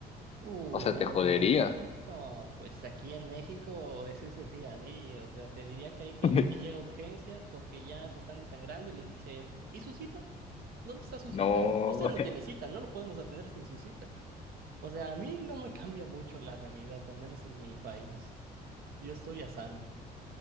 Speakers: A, on the right (about 65°); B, on the left (about 40°).
A: uy,
B: o sea,
A: uy,
B: te jodería.
A: no, pues aquí en México ese es el día a día. O sea, te diría que hay gente
B: <laughs>
A: que llega a urgencias porque ya se están desangrando y les dicen, ¿y su cita? ¿Dónde está su
B: No.
A: cita? Usted no tiene cita, no lo podemos atender sin su cita. O sea, a mí no me cambia mucho la realidad, al menos en mi país. Yo estoy a salvo.